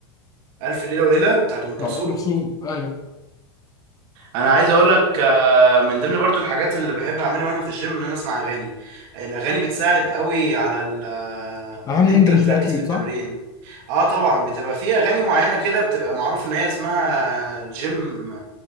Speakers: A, on the right; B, on the left.
A: الف ليلة وليلة بتاعت ام كلثوم
B: طب ام كلثوم ايوه
A: انا عايز اقول لك من ضمن برضو الحاجات اللي بحب اعملها وانا في الجيم ان انا اسمع اغاني الاغاني بتساعد قوي على ال-
B: اغاني
A: ان انت
B: انجلش
A: تركز
B: بقى اكيد
A: في التمرين
B: صح
A: اه طبعا بتبقى في اغاني معينه كده بتبقى معروف ان هي اسمها جيم